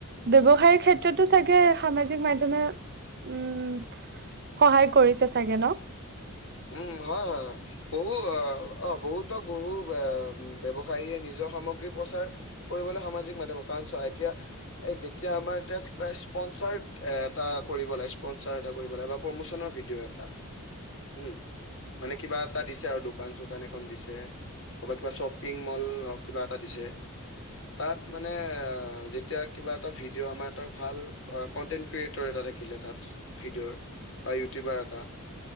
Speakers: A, on the right; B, on the left.
A: ব্যৱসায়ৰ ক্ষেত্ৰতো চাগে সামাজিক মাধ্যমে- উম' সহায় কৰিছে চাগে ন?
B: উম' হয় হয়। বহু আহ অ বহুতক বহু ব্যৱসায়ীয়ে নিজৰ সামগ্ৰী প্ৰচাৰ- কৰিবলে সামাজিক মাধ্যমৰ কাৰণ চোৱা এতিয়া- এই যেতিয়া আমাৰ এতিয়া স্পনচাৰ এটা কৰিব লাগে স্পনচাৰ এটা কৰিব লাগে বা প্ৰমোচনৰ ভি- দিও এটা- উম' মানে কিবা এটা দিছে আৰু দোকান চোকান এখন দিছে। ক'ৰবাত কিবা শ্বপিং মল হওক কিবা এটা দিছে। তাত মানে যেতিয়া কিবা এটা ভিডিঅ' আমাৰ তাৰ ভাল অক- কণ্টেণ্ট ক্ৰিয়েটৰ এটা থাকিলে তাত ভিডঅ'ৰ বা ইউটিউবাৰ এটা-